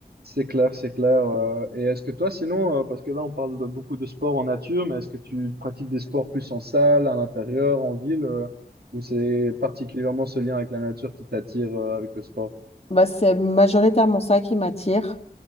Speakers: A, on the right; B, on the left.
A: c'est clair, c'est clair. euh, et est-ce que toi, sinon, euh, parce que là, on parle de beaucoup de sports en nature, mais est-ce que tu pratiques des sports plus en salle, à l'intérieur, en ville, euh, ou c'est particulièrement ce lien avec la nature qui t'attire, euh, avec le sport?
B: Bah, c'est majoritairement ça qui m'attire.